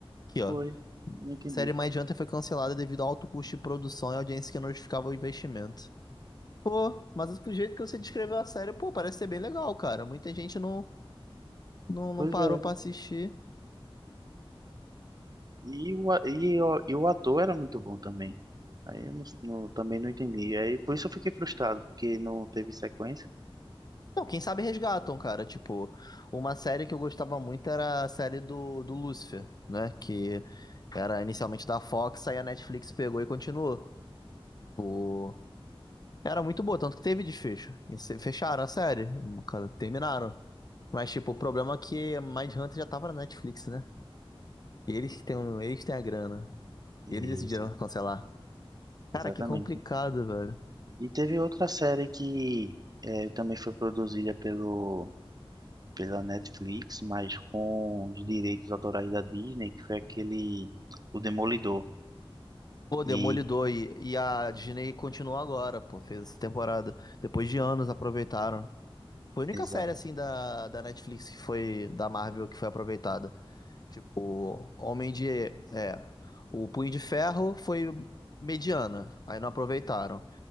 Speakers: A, on the left; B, on the right.
A: Aqui,
B: Pois,
A: ó.
B: não entendi.
A: Série mais Hunter foi cancelada devido ao alto custo de produção e audiência que não justificava o investimento. Pô, mas do jeito que você descreveu a série, pô, parece ser bem legal, cara. Muita gente não, não, não
B: Pois
A: parou
B: é.
A: pra assistir.
B: E o, a- e, o, e o ator era muito bom também. Aí eu não, não- também não entendi. Aí por isso eu fiquei frustrado, porque não teve sequência.
A: Não, quem sabe resgatam, cara. Tipo, uma série que eu gostava muito era a série do, do Lúcifer, né? Que era inicialmente da Fox, aí a Netflix pegou e continuou. Tipo, era muito boa, tanto que teve desfecho. E se- Fecharam a série, cara, terminaram. Mas, tipo, o problema é que Mindhunter já tava na Netflix, né? E eles que têm, um- eles têm a grana.
B: Isso,
A: E eles decidiram cancelar. Cara,
B: exatamente.
A: que complicado, velho.
B: E teve outra série que é, também foi produzida pelo, pela Netflix, mas com os direitos autorais da Disney, que foi aquele O Demolidor.
A: Pô, Demolidor
B: E
A: e, e a Disney continuou agora, pô. Fez essa temporada. Depois de anos aproveitaram. Foi a única
B: exata,
A: série, assim, da, da Netflix que foi, da Marvel, que foi aproveitada. Tipo, Homem de... É, o Punho de Ferro foi mediana, aí não aproveitaram.